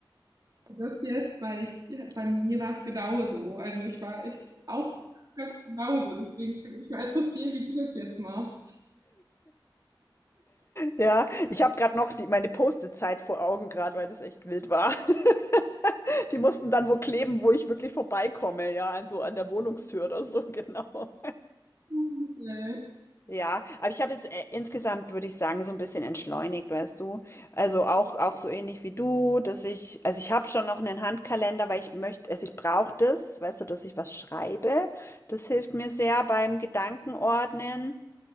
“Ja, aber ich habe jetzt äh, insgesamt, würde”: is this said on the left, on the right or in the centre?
Left